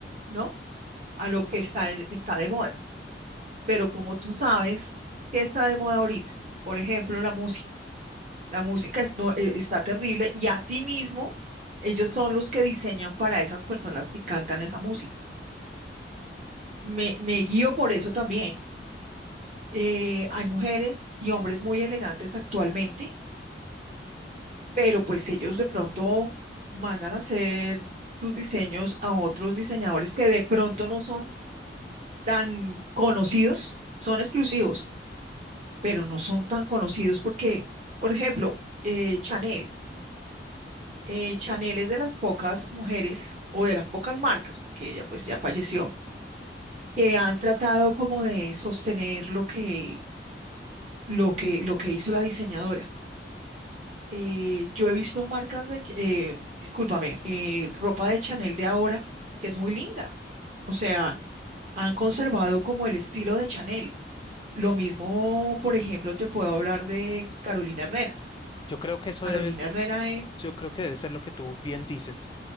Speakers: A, on the right; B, on the left.
A: ¿no? A lo que está, de- está de moda. Pero como tú sabes, ¿qué está de moda ahorita? Por ejemplo, la música. La música es- no, eh, está terrible y asimismo, ellos son los que diseñan para esas personas que cantan esa música. Me, me guío por eso también. Eh, hay mujeres y hombres muy elegantes actualmente pero pues ellos de pronto mandan a hacer sus diseños a otros diseñadores que de pronto no son tan conocidos, son exclusivos, pero no son tan conocidos porque, por ejemplo, eh, Chanel, eh, Chanel es de las pocas mujeres o de las pocas marcas, porque ella pues ya falleció, que han tratado como de sostener lo que, lo que, lo que hizo la diseñadora eh, yo he visto marcas de, Ch- eh, discúlpame, eh, ropa de Chanel de ahora, que es muy linda. O sea, han conservado como el estilo de Chanel. Lo mismo, por ejemplo, te puedo hablar de Carolina Herrera.
B: Yo creo que eso
A: Carolina
B: debe ser,
A: Herrera, eh,
B: yo creo que debe ser lo que tú bien dices,